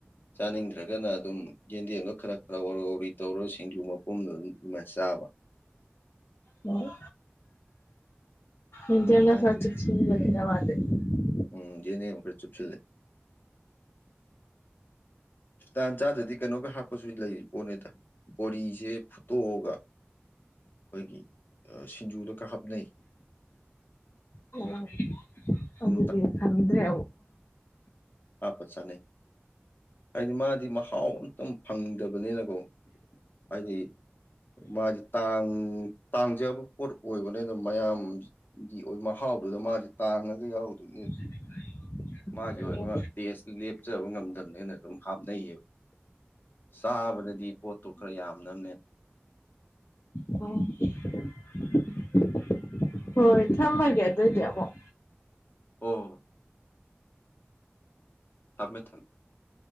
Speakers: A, on the left; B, on the left.
A: ꯆꯥꯅꯤꯡꯗ꯭ꯔꯒꯅ ꯑꯗꯨꯝ ꯌꯦꯟꯗꯦꯝꯗ ꯈꯔ-ꯈꯔ ꯋꯥꯎꯔꯤ-ꯋꯥꯎꯔꯤ ꯇꯧꯔꯒ ꯁꯤꯡꯖꯨ ꯃꯄꯨꯝꯗꯣ ꯑꯗꯨꯝ ꯃꯁꯕ <unintelligible>
B: ꯍꯣꯏ ꯏꯗꯤ ꯐꯔ
A: ꯇꯧꯅꯤ
B: ꯋꯥꯗꯦ <unintelligible>
A: ꯎꯝ ꯌꯦꯅꯦ ꯈꯔ ꯆꯨꯞꯁꯤꯜꯂꯦ ꯁꯨꯇꯥꯟ ꯆꯥꯗ꯭ꯔꯗꯤ ꯀꯩꯅꯣꯒ ꯍꯥꯞꯄꯁꯨ ꯂꯩꯔꯤ ꯄꯣꯠꯅꯤꯗ ꯕꯣꯔꯤꯁꯦ ꯐꯨꯠꯇꯣꯛꯑꯒ ꯑꯩꯈꯣꯏꯒꯤ ꯁꯤꯡꯖꯨꯗꯒ ꯍꯥꯞꯅꯩ
B: ꯑꯣ
A: ꯁꯨꯝ
B: ꯑꯗꯨꯗꯒꯤ ꯈꯗ꯭ꯔꯦ
A: ꯍꯥꯥꯄꯥ ꯆꯥꯅꯩ ꯍꯥꯏꯗꯤ ꯃꯥꯗꯤ ꯃꯍꯥꯎ ꯑꯝꯇ ꯐꯪꯗꯕꯅꯤꯅꯀꯣ ꯍꯥꯏꯗꯤ ꯃꯥꯗꯤ ꯇꯥꯡ-ꯇꯥꯡꯖꯕ ꯄꯣꯠ ꯑꯣꯏꯕꯅꯤꯅ ꯃꯌꯥꯝꯒꯤ ꯑꯣꯏ ꯃꯍꯥꯎ ꯥꯎꯗꯨꯗ ꯃꯥꯁꯦ ꯇꯥꯡꯉꯒ ꯌꯥꯎꯗꯣꯏꯅꯦ
B: <inaudible>
A: ꯃꯥꯒꯤ
B: ꯎꯝ
A: ꯑꯣꯏꯕ
B: ꯎꯝ
A: ꯇꯦꯁ ꯂꯦꯞꯆꯕ ꯉꯝꯗꯕꯅꯦꯅ ꯑꯗꯨꯝ ꯍꯥꯞꯅꯩꯌꯦꯕ ꯆꯥꯕꯗꯗꯤ ꯄꯣꯠꯇꯨ ꯈꯔ ꯌꯥꯝꯅꯥꯅꯦꯅꯥ
B: ꯀ <inaudible> ꯍꯣꯏ ꯊꯝꯃꯒꯦ ꯑꯗꯨꯏꯗꯤ ꯑꯃꯕꯛ
A: ꯑꯥ <inaudible>